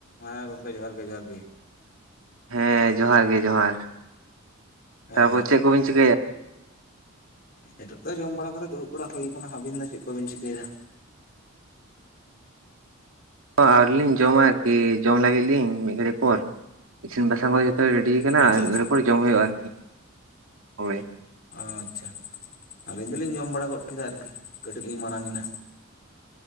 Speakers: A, on the left; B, on the right.
A: ᱦᱮᱸ ᱜᱚᱝᱠᱮ ᱡᱚᱦᱟᱨ ᱜᱮ ᱡᱚᱦᱟᱨᱜ ᱜᱮ
B: ᱦᱮᱸ ᱡᱚᱦᱟᱨ ᱜᱮ ᱡᱚᱦᱟᱨ
A: ᱦᱮᱸ
B: ᱛᱟᱯᱚᱨ ᱪᱮᱫ ᱠᱚᱵᱤᱱ ᱪᱤᱠᱟᱭᱟ?
A: ᱱᱤᱛᱚᱜ ᱫᱚ ᱡᱚᱢ ᱵᱟᱲᱟ ᱠᱟᱛᱮ ᱫᱩᱲᱩᱵ ᱵᱟᱲᱟ ᱦᱩᱭ ᱟᱠᱟᱱᱟ᱾ ᱟᱹᱵᱤᱱ ᱫᱚ ᱪᱮᱫ ᱠᱚᱵᱤᱱ ᱪᱤᱠᱟᱹᱭᱮᱫᱟ?
B: ᱟᱣᱨᱤᱞᱤᱧ ᱡᱚᱢᱟ ᱟᱨᱠᱤ ᱡᱚᱢ ᱞᱟᱹᱜᱤᱫ ᱞᱤᱧ ᱢᱤᱫ ᱜᱷᱟᱹᱲᱤᱡ ᱯᱚᱨ ᱤᱥᱤᱱ ᱵᱟᱥᱟᱝ ᱠᱚ ᱡᱚᱛᱚ ᱨᱮᱰᱤ ᱠᱟᱱᱟ
A: ᱟᱪᱪᱷᱟ
B: ᱢᱤᱫ
A: ᱟᱪᱪᱷᱟ
B: ᱜᱷᱟᱱ. ᱲᱤᱪ ᱯᱚᱨ ᱡᱚᱢ ᱦᱩᱭᱩᱜᱼᱟ ᱟᱨᱠᱤ ᱦᱳᱭ
A: ᱟᱪᱪᱷᱟ ᱟᱹᱞᱤᱧ ᱫᱚᱞᱤᱧ ᱡᱚᱢ ᱵᱟᱲᱟ ᱜᱚᱫ ᱠᱮᱫᱟ ᱟᱨᱠᱤ ᱠᱟᱹᱴᱤᱡ ᱞᱤᱧ ᱢᱟᱲᱟᱝ ᱮᱱᱟ